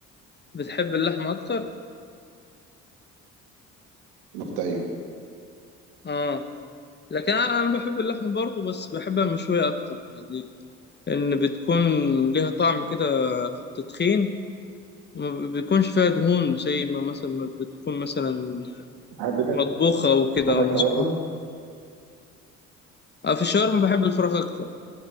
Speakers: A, on the left (about 25°); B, on the right (about 75°).
A: بتحب اللحمه اكتر
B: الكفته ايوه
A: اه لكن انا أنا بحب اللحمه برضه بس بحبها مشويه اكتر يعني لأن بتكون ليها طعم كده في التدخين ما بيكونش فيها دهون زي ما مثلا ما بتكون مثلا
B: بتحب
A: مطبوخة أو كده
B: تاكلها
A: أو
B: شاورما
A: مسلوقة أنا في الشاورما بحب الفراخ أكتر